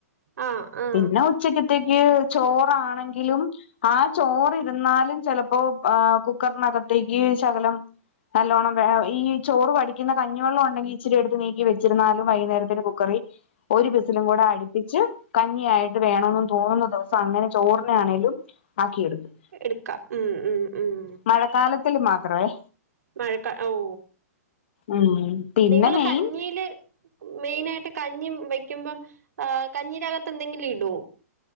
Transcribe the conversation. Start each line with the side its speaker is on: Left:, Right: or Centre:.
Right: ആ ആ
Left: പിന്നെ ഉച്ചക്കത്തേക്ക് ചോറാണെങ്കിലും ആ ചോറിരുന്നാലും ചിലപ്പോൾ ഏ കുക്കറിനകത്തേക്ക് ശകലം നല്ലോണ്ണം ഈ ചോറ് വടിക്കുന്ന കഞ്ഞി വെള്ളം ഉണ്ടാക്കി ഇച്ചിരി എടുത്ത് നീക്കി വെച്ചിരുന്നാലും വൈകുന്നേരത്തിന് കുക്കറി ഒരു വിസിലും കൂടെ അടുപ്പിച്ച് കഞ്ഞിയായിട്ട് വേണോന്ന് തോന്നുന്ന ദിവസം അങ്ങനെ ചോറിനെ ആണെലും ആക്കിയെടുക്കും
Right: എടുക്കാം ഉം ഉം ഉം
Left: മഴക്കാലത്തിൽ മാത്രവേ
Right: മഴക്കാ ഓ
Left: ഉം പിന്നെ
Right: നിങ്ങള്
Left: മെയിൻ
Right: കഞ്ഞില് മെയിനായിട്ട് കഞ്ഞി വെക്കുമ്പം കഞ്ഞിനകത്ത് എന്തെങ്കിലും ഇടേ